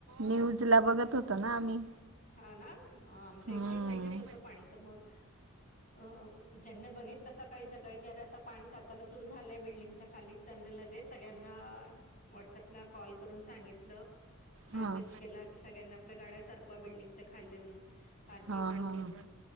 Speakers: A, on the right; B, on the left.
A: न्यूज ला बघत होतो ना आम्ही
B: हा ना आमच्या
A: हम्म
B: इथे म्हणजे होतं पाणी त मग अ ज्यांनी बघितलं सकाळी सकाळी की अरे आता पाणी साचायला सुरू झालंय बिल्डिंगच्या खाली त्यांनी लगेच सगळ्यांना व्हॉट्सॲपला कॉल करून सांगितलं. मेसेज
A: हां
B: केला कि सगळ्यांना आपल्या गाड्या सरकवा बिल्डिंगच्या खालून पार्किंग
A: हां
B: मधून
A: हां